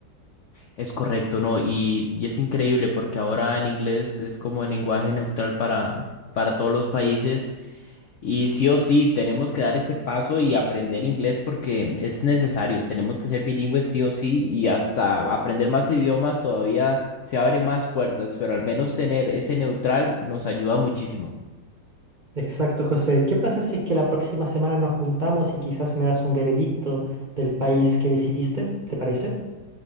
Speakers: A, on the left; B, on the right.
A: Es correcto, ¿no? Y, y es increíble porque ahora el inglés es como el lenguaje neutral para, para todos los países. Y sí o sí, tenemos que dar ese paso y aprender inglés porque es necesario. Tenemos que ser bilingües sí o sí y hasta aprender más idiomas todavía se abren más puertas, pero al menos tener ese neutral nos ayuda muchísimo.
B: Exacto, José. ¿Qué pasa si es que la próxima semana nos juntamos y quizás me das un veredicto del país que decidiste? ¿Te parece?